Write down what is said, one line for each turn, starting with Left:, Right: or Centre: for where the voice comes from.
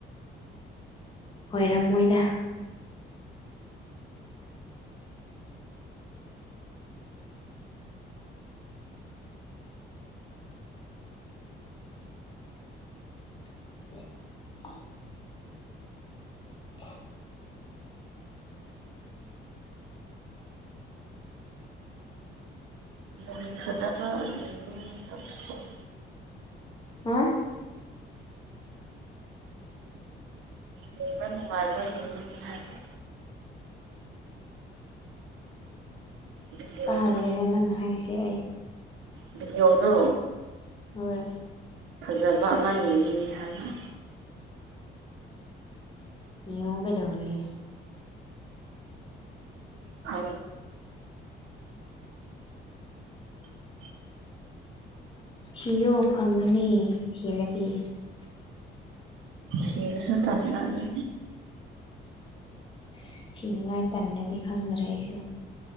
Left: ꯑꯣꯏꯔꯝꯃꯣꯏꯗ <unintelligible> <unintelligible>
Right: ꯔꯤ ꯈꯖꯥꯥ ꯑ ꯀꯁꯇ
Left: ꯍꯥ
Right: ꯎꯝ ꯂꯩꯕ ꯅꯨꯡꯉꯥꯏꯕ ꯌꯦꯡꯅꯤꯅꯤ ꯍꯥꯏꯕ ꯚꯤꯗꯤꯑꯣꯗꯣ
Left: ꯇꯥꯗ꯭ꯔꯦꯗ ꯅꯪꯅ ꯍꯥꯏꯔꯤꯁꯦ ꯑꯩ
Right: ꯗꯤ ꯌꯑꯣꯗꯨ
Left: ꯍꯣꯏ
Right: ꯐꯖꯕ ꯑꯃ ꯌꯦꯡꯅꯤꯡꯤꯉꯤ ꯍꯥꯏꯅ
Left: ꯌꯒꯗꯧꯂꯦ
Right: ꯍ <inaudible>
Left: ꯊꯣ ꯐꯪꯒꯅꯤ ꯊꯤꯕꯗꯤ
Right: ꯁꯤꯁꯨ ꯊꯝ ꯂꯒ
Left: ꯑꯁ ꯊꯤꯅꯤꯡꯉꯥꯏ ꯇꯟꯅꯗꯤ ꯈꯪꯗ꯭ꯔꯦ ꯑꯩꯁꯨ